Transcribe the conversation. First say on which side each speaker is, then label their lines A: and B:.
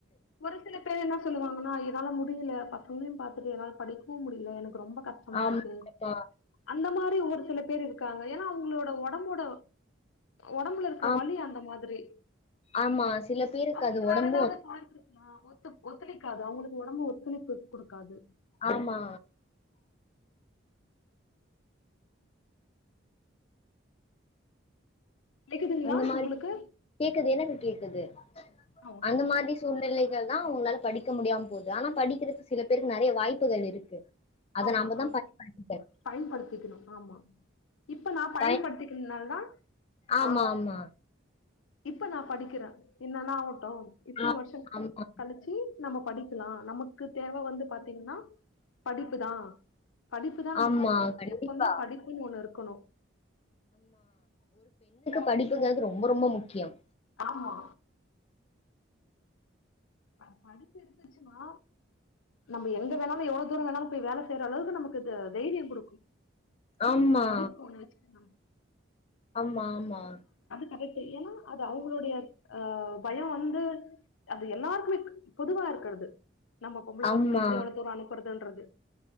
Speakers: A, on the left; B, on the left.
A: ஒரு சில பேர் என்ன சொல்லுவாங்கனா என்னால முடியல பசங்களயு பாத்துட்டு என்னால படிக்கவு முடியல எனக்கு ரொம்ப கஷ்டமா
B: ஆமா
A: இருக்கு
B: ஆமா
A: அந்த மாரி ஒரு சில பேர் இருக்காங்க ஏனா அவங்களோட ஒடம்போட ஒடம்புல இருக்கற
B: ஆம்
A: வலி அந்த மாதிரி
B: ஆமா சில பேருக்கு
A: அவங்களுக்கு
B: அது ஒடம்பு
A: வேற எதாவது ஃபால்ட் இருக்குங்களா ஒத்துக் ஒத்துழைக் க்காது அவங்களுக்கு ஒடம்பு ஒத்துழைப்பு குடுக்காது.
B: ஆமா
A: கேக்குதுங்களா
B: அந்த மாரி
A: உங்களுக்கு?
B: கேக்குது எனக்கு கேக்குது
A: ஆமா.
B: அந்த மாரி சூழ்நிலை லதா அவங்களால படிக்க முடியாம போகுது. ஆனா படிக்கிறக்கு சில பேருக்கு நெறைய வாய்ப்புகள் இருக்கு. அத
A: ஆமா
B: நாம தா
A: ஆமா
B: பயன்படுத்திக்கணு
A: பயன்படுத்திக்கணு. ஆமா இப்ப நா பயன்படுத்திக்கிறனாலதா
B: பயன் ஆமா
A: ஆ
B: ஆமா
A: இப்ப நா படிக்கிறே என்னன்னா அவ ட்டோ இத்தன
B: ஆ
A: வருஷங்
B: ஆமா
A: கழிச்சி நம்ம படிக்கலா நமக்கு தேவ வந்து பாத்தீங்ன்னா படிப்புதா படிப்புதா நமக்கு
B: ஆமா
A: முக்கியோ
B: கண்டிப்பா
A: எப்பமே படிப்புன்னு ஒண்ணு இருக்கணு
B: படிப்புங்கறது ரொம்ப ரொம்ப முக்கியம்
A: ஆமா ஆ படிப்பு இருந்துச்சுனா நம்ப எங்க வேண்ணாலு எவ்ளோ தூரோ வேண்ணாலு போய் வேல செய்யற அளவுக்கு நமக்கு த தைரியங் குடுக்கு
B: ஆமா
A: அந்த படிப்பு ஒண்ண வச்சுட்டு நம்ப
B: ஆமா ஆமா
A: கரெக்ட்டு ஏன்னா அது அவங்களுடைய ஆ பயோ வந்து அது எல்லாருக் குமே பொதுவா இருக்கறது நம்ம பொம்பள
B: ஆமா
A: பசங்க எப்டி அவ்ளோ தூரோ அனுப் புறதுன்றது